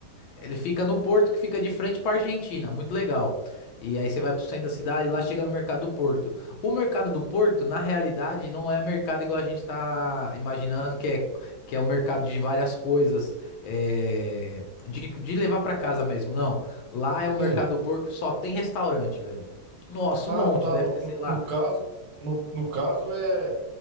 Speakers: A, on the left; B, on the right.
A: ele fica no porto que fica de frente para Argentina, muito legal. E aí você vai pro centro da cidade, lá chega no Mercado do Porto. O Mercado do Porto, na realidade, não é mercado igual a gente tá imaginando, que é, que é um mercado de várias coisas, é, de, de levar para casa mesmo, não. Lá é o
B: Sim.
A: Mercado do Porto, só tem restaurante, velho. Nossa,
B: Ah,
A: um monte,
B: tá.
A: deve
B: No,
A: ter,
B: no,
A: sei lá,
B: no caso, no, no caso é